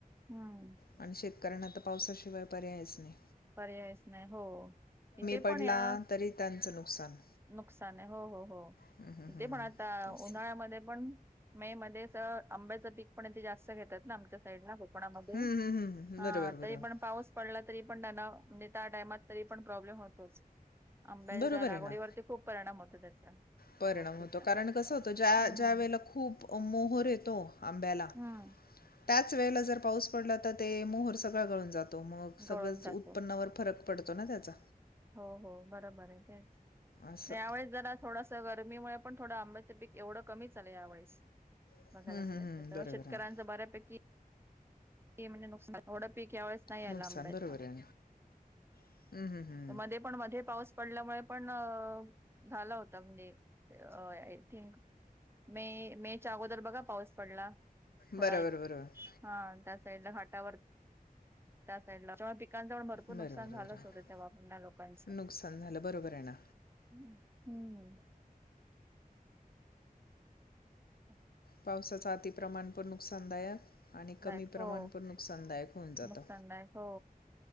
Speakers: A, on the right; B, on the left.
A: हूं.
B: आणि शेतकऱ्यांना तर पावसाशिवाय पर्यायच नाय.
A: पर्यायच नाही हो. इथे
B: पडला
A: पण या
B: तरी त्यांचं नुकसान.
A: नुकसानयं. हो, हो, हो.
B: हं, हं,
A: इथे
B: हं.
A: पण आता
B: तेच.
A: उन्हाळ्यामध्ये पण मे मध्येच आंब्याचं पीक पण इथे जास्त घेतात ना, आमच्या साईडला. णामध्ये.
B: हं, हं, हं.
A: हा,
B: बरोबर, बरोबर.
A: तरी पण पाऊस पडला तरी पण त्यांना म्हणजे त्या टाईमात तरी पण प्रॉब्लेम होतोच. आंब्याच्या
B: बरोबर
A: लागवडीवरती
B: आहे ना.
A: खूप परिणाम होतो त्याचा.
B: परिणाम
A: त्या गोष्टीचा.
B: होतो, कारण कसं होतं ज्या
A: हम्म
B: ज्या वेळेला खूप मोहर येतो, आंब्याला
A: हम्म
B: त्याच वेळेला जर पाऊस पडला तर ते, मोहोर सगळा गळून जातो, मग सगळंच
A: गळून जातो.
B: उत्पन्नावर फरक पडतो ना त्याचा.
A: हो हो, बरोबर आहे. तेच.
B: असं
A: यावेळेस जरा थोडस गरमीमुळे पण थोडं आंब पिकं एवढ कमीच आलय या वेळेस
B: हम्म,
A: बघाय गेलं
B: हम्म, हम्म.
A: तर, त्यामुळे
B: बरोबर
A: शेतकऱ्यांच
B: आहे
A: बऱ्यापैकी म्हणजे नुकसान थोडं पीक यावेळेस नाही आलं
B: नुकसान
A: आंब्याच.
B: बरोबर आहे हम्म, हम्म, हम्म.
A: मध्ये पण मध्ये पाऊस पडल्यामुळे, पण झाला होता म्हणजे आय थिंक मे, मे च्या अगोदर बघा पाऊस पडला, थोडा
B: बरोबर
A: एक
B: बरोबर
A: हा, त्या साईडला घाटावर त्या साईडला पिकांच पण भरपूर नुकसान
B: बरोबर बरोबर
A: झालंच होतं, तेव्हा पण त्या लोकांच.
B: नुकसान झालं बरोबर आहे ना
A: हम्म हम्म. ह
B: पावसाचा अतिप्रमाणपण नुकसानदायक आणि कमी
A: दायक
B: प्रमाणपण
A: हो
B: नुकसानदायक होऊन जातं.
A: नुकसानदायक हो